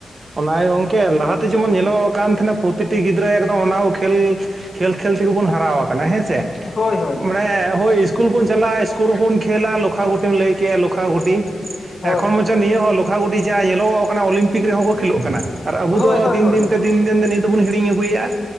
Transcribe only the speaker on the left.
ᱦᱳᱭ ᱦᱳᱭ
ᱦᱳᱭ
ᱦᱳᱭ
ᱦᱳᱭ
ᱦᱳᱭ